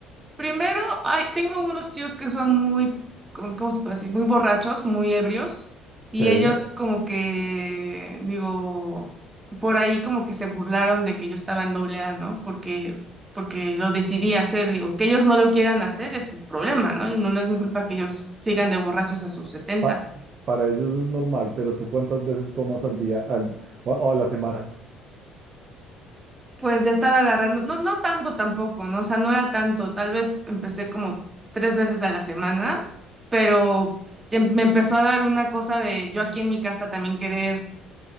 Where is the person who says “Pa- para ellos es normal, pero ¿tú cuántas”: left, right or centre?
Right